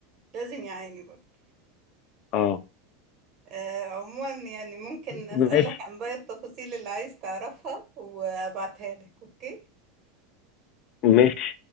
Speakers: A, on the right; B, on the left.
A: لازم يعاني برضو
B: اه
A: آه عموما يعني ممكن اسألك
B: ماشي
A: عن باقي التفاصيل اللي عايز تعرفها وابعتها لك اوكي
B: ماشي